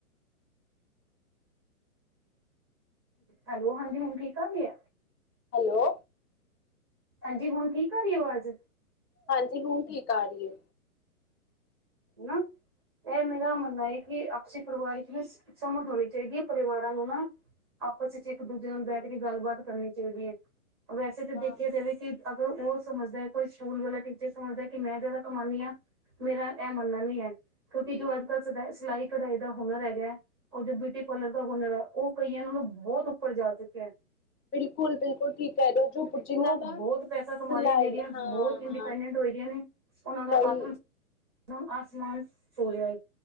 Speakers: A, on the right; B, on the left.
A: ਹੈਲੋ ਹਾਂਜੀ ਹੁਨ ਠੀਕ ਆ ਗੀ ਏ
B: ਹੈਲੋ
A: ਹਾਂਜੀ ਹੁਨ ਠੀਕ ਆ ਰੀ ਏ ਆਵਾਜ਼
B: ਹਾਂਜੀ ਹੁਨ ਠੀਕ ਆ ਰੀ ਏ
A: ਹਨਾ ਏ ਮੇਰਾ ਮੰਨਨਾ ਏ ਕਿ ਆਪਸੀ ਪਰਿਵਾਰ ਚ ਨਾ ਸਮਜ ਹੋਨੀ ਚਾਹੀਦੀ ਏ ਪਰਿਵਾਰਾਂ ਨੂੰ ਨਾ ਆਪਸ ਇਚ ਇੱਕ ਦੂਜੇ ਨਾਲ ਬੈਠ ਕੇ ਗੱਲਬਾਤ ਕਰਨੀ ਚਾਈਦੀ ਏ ਵੈਸੇ ਤਾਂ
B: ਹਾਂ
A: ਦੇਖਿਆ ਜਾਵੇ ਕਿ ਅਗਰ ਓ ਸਮਝਦਾ ਕੋਈ ਸਕੂਲ ਵਾਲਾ ਟੀਚਰ ਸਮਝਦਾ ਕਿ ਮੈਂ ਜਾਦਾ ਕਮਾਨੀ ਆਂ, ਮੇਰਾ ਏ ਮੰਨਨਾ ਨੀ ਏ, ਕਿਂੳਕਿ ਜੋ ਅੱਜ ਕੱਲ ਸ ਸਿਲਾਈ ਕਢਾਈ ਦਾ ਹੁਨਰ ਹੈਗਾ ਓ ਜੋ ਬਿਟੀ ਪਾਰਲਰ ਦਾ ਹੁਨਰ ਐ ਉ ਕਈਆਂ ਨਾਲੋ ਬੋਹਤ ਉੱਪਰ ਜਾ ਚੁੱਕਿਆ
B: ਬਿਲਕੁਲ ਬਿਲਕੁਲ ਠੀਕ ਕਹਿ ਰਹੇ ਹੋ ਜੋ
A: ਦੇਖੋ
B: ਜਿਨਾਂ ਦਾ
A: ਬੋਤ
B: ਸਿਲਾਈ
A: ਪੈਸਾ ਕਮਾ ਰਈਆ ਲੇਡੀਆਸ
B: ਹਾਂ
A: ਬੋਤ
B: ਹਾਂ
A: ਇੰਡੀਪੈਂਡੈਂਟ ਹੋਈ ਦੀਆਂ ਨੇ ਉਨਾ ਦਾ
B: ਬਈ
A: ਆਤਮਸਮਾਨ ਆਸਮਾਨ ਸੋਏਆ ਏ